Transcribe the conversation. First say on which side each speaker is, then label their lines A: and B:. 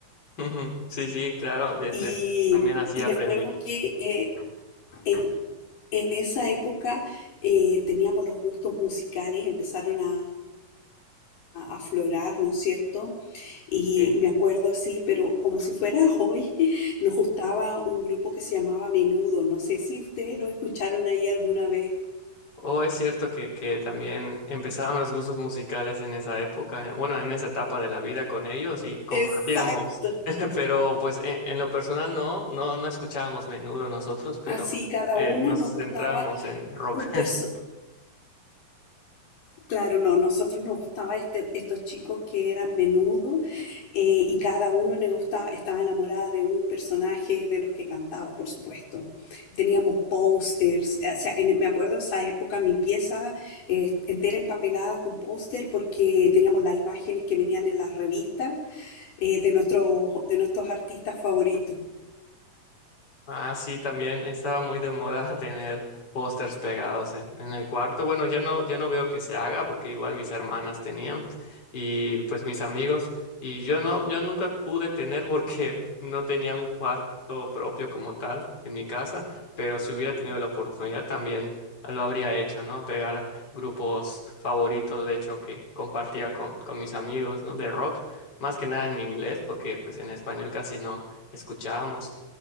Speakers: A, on the left; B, on the left.
A: Ujú. Sí, sí, claro, de
B: Y,
A: este también así
B: y
A: aprendí.
B: me acuerdo que eh, en, en esa época eh, teníamos los gustos musicales, empezaron a a aflorar, ¿no es cierto? Y
A: sí.
B: me acuerdo así, pero como si fuera <laughs> hoy, nos gustaba un grupo que se llamaba Menudo. No sé si ustedes lo escucharon ahí alguna vez.
A: O es cierto que, que también empezaron los gustos musicales en esa época, bueno, en esa etapa de la vida con ellos y compartíamos,
B: Exacto.
A: <laughs> pero pues en, en lo personal no, no, no escuchábamos menudo nosotros, pero
B: Así cada
A: eh,
B: una
A: nos
B: nos
A: centrábamos
B: gustaba
A: en rock.
B: un perso Claro, no, nosotros nos gustaba este, estos chicos que eran menudo eh, y cada uno le gustaba, estaba enamorada de un personaje de los que cantaba, por supuesto. Teníamos pósters, o sea, en- me acuerdo esa época mi pieza eh, entera empapelada con póster porque teníamos las imágenes que venían en las revistas eh, de nuestros, de nuestros artistas favoritos.
A: Ah, sí, también estaba muy de moda <laughs> tener pósters pegados en, en el cuarto. Bueno, ya no, ya no veo que se haga porque igual mis hermanas tenían y pues mis amigos y yo no, yo nunca pude tener porque <laughs> no tenía un cuarto propio como tal en mi casa, pero si hubiera tenido la oportunidad también lo habría hecho, ¿no? Pegar grupos favoritos, de hecho, que compartía con, con mis amigos, ¿no? De rock, más que nada en inglés porque pues en español casi no escuchábamos.